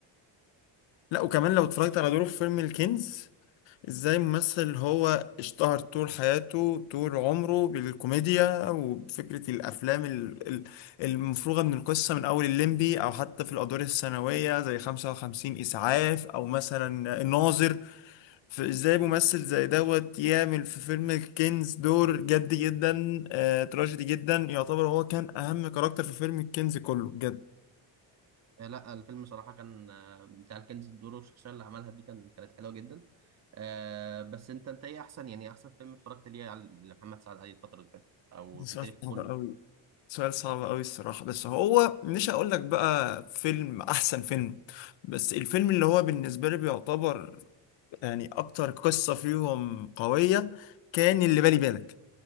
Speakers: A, on the left (about 75°); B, on the right (about 35°).
A: لا وكمان لو اتفرجت على دوره في فيلم الكنز ازاي ممثل هو اشتهر طول حياته طول عمره بالكوميديا وفكرة الافلام ال- ال- المفروغة من القصة من اول الليمبي او حتى في الادوار الثانوية زي 55 اسعاف او مثلا الناظر فازاي ممثل زي دوت يعمل في فيلم الكنز دور جد جدا آه، تراجيدي جدا يعتبر هو كان اهم كاركتر في فيلم الكنز كله بجد
B: آه، لا الفيلم صراحة كان آه، بتاع الكنز الدور والشخصية اللي عملها دي كان كانت حلوة جدا آه بس انت انت ايه احسن يعني احسن فيلم اتفرجت ليه على محمد سعد علي الفترة اللي فاتت او
A: ده
B: في
A: سؤال
B: تاريخه
A: صعب
B: كله
A: قوي سؤال صعب قوي الصراحة بس هو مش هقول لك بقى فيلم احسن فيلم بس الفيلم اللي هو بالنسبة لي بيعتبر يعني اكتر قصة فيهم قوية كان اللي بالي بالك